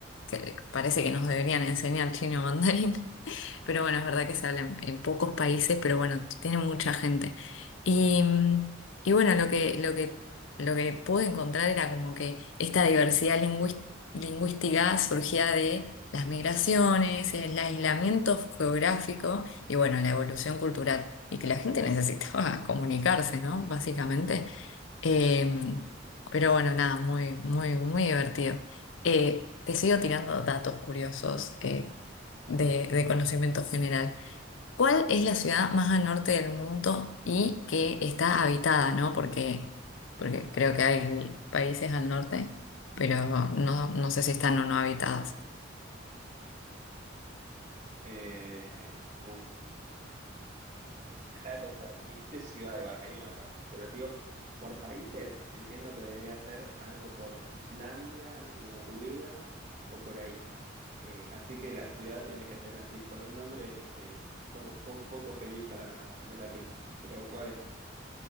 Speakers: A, on the left; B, on the right.
A: que parece que nos deberían enseñar chino mandarín. Pero bueno, es verdad que se habla en, en pocos países, pero bueno, tiene mucha gente. Y, mm, y bueno, lo que, lo que, lo que pude encontrar era como que esta diversidad lingüis- lingüística surgía de las migraciones, el aislamiento geográfico y bueno, la evolución cultural. Y que la gente necesitaba <laughs> comunicarse, ¿no? Básicamente. Eh, pero bueno, nada, muy, muy, muy divertido. Eh, te sigo tirando datos curiosos. eh, de, de conocimiento general. ¿Cuál es la ciudad más al norte del mundo y que está habitada, ¿no? Porque, porque creo que hay países al norte, pero no, no sé si están o no habitadas.
B: Eh, uf. Deja de pensar, me dijiste ciudad igual, ahí me mataste. Pero te digo, por países, entiendo que debería ser algo por Islandia, Noruega o por ahí. Eh, así que la ciudad tiene que ser así, con un nombre eh, poco, poco, poco feliz para los latinos. Pero ¿cuál es?